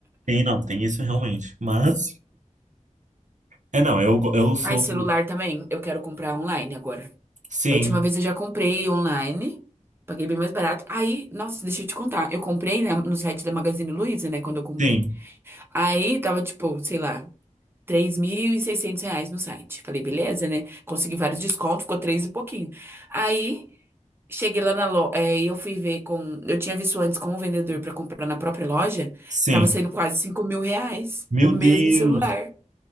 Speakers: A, on the right; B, on the right.
A: Tem, não, tem isso realmente. Mas. É, não, eu, go- eu sou.
B: Ai, celular também. Eu quero comprar online agora.
A: Sim,
B: Da última vez eu já comprei online. Paguei bem mais barato. Aí, nossa, deixa eu te contar. Eu comprei né, no site da Magazine Luiza, né? Quando eu comprei.
A: sim,
B: Aí tava tipo, sei lá, 3.600 reais no site. Falei, beleza, né? Consegui vários descontos, ficou três e pouquinho. Aí, cheguei lá na loja. e eu fui ver com. Eu tinha visto antes com o vendedor pra comprar na própria loja.
A: sim.
B: Tava saindo quase cinco mil reais.
A: Meu
B: O mesmo
A: Deus!
B: celular.